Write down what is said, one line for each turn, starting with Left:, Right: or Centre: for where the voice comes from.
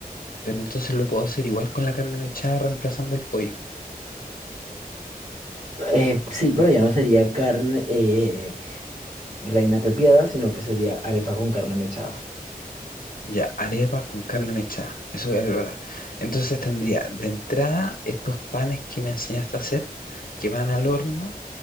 Left: Pero entonces lo puedo hacer igual con la carne mechada, reemplazando el pollo.
Right: Eh, sí, pero ya no sería carne eh, reina pepiada, sino que sería arepa con carne mechada,
Left: Ya, arepa con carne mechada. Eso voy a preparar. Entonces tendría de entrada estos panes que me enseñaste a hacer, que van al horno